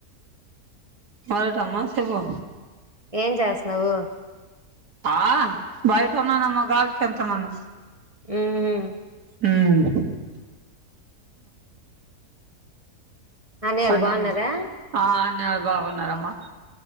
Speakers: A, on the right; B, on the right.
A: మరేటమ్మా సేప్పు
B: ఏం చేస్తున్నావు
A: ఆ బయట ఉన్నానమ్మ గాల్చంత నాను.
B: ఉమ్
A: ఉమ్
B: అన్నయ్యలు
A: పనుంది
B: బాగున్నారా
A: ఆ అందరు బాగున్నమ్మా.